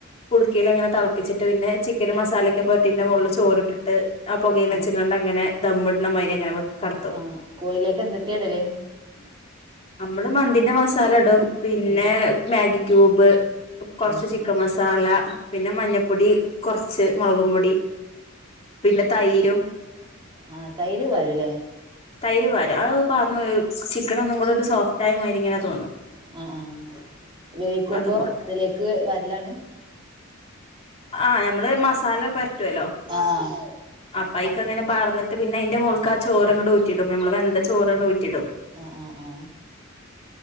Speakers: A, on the left (about 30°); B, on the right (about 25°).
A: കുടുക്കൽ അങ്ങനെ ത പപ്പിച്ചിട്ട് പിന്നെ ചിക്കും മസാലൊക്കെ പറ്റിന്റെ മള് ചോറിട്ടിട്ട് ആ പുകയും വെച്ചണ്ട്ങ്ങെിട്ട്
B: ആഹ്
A: മാതിരി അങ്ങനെ കടത്തു
B: ആഹ് കോഴിയിലേക്ക് എന്തൊക്കെയാ ഇടല്
A: നമ്മള് മന്തിന്റെ മസാല ഇടും പിന്നെ
B: ഉം
A: മാഗി ക്യൂബ് കുറച്ച്
B: ഉം
A: ചിക്കൻ മസാല പിന്നെ മഞ്ഞപ്പൊടി കുറച്ച് മുളകും പൊടി പിന്നെ തൈരും
B: ആഹ തൈര്യമാരുല്ലേ
A: തൈര് വാരും അത് പറഞ്ഞ ചിക്കൻ ഒന്നും കൂടെ ഒരു സോഫ്റ്റ് ആായ മയിരി ഇങ്ങനെ തോന്നും
B: ആഹ ആഹ് വേവിക്കുമ്പോ
A: അതും
B: അതിലേക്ക് വരലാണ്
A: ആ ഞമ്മള് മസാല പറ്റുവല്ലോ
B: ആഹ് ആഹ്
A: അപ്പക്ക്
B: അപ്പ
A: അങ്ങനെ പറഞ്ഞട്ട് പിന്നെ അതിന്റെ മോൾക്ക് ആ ചോറ്ങ്ങണ്ട് ഊറ്റിട്ടും നമ്മെ വെന്ത ചോറ്ണ്ട് ഊറ്റിട്ടും
B: ആഹ ആ ആ